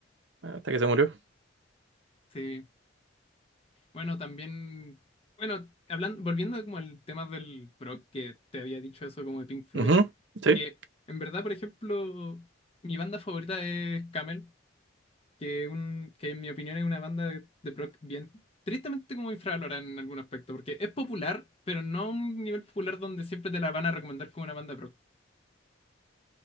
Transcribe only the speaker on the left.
Sí, Bueno, también, bueno, hablando, volviendo como al tema del pro que te había dicho eso como de Pink Floyd,
que en verdad, por ejemplo, mi banda favorita es Camel, que, un, que en mi opinión es una banda de, de prog bien, tristemente como infravalorada en algún aspecto, porque es popular, pero no a un nivel popular donde siempre te la van a recomendar como una banda pro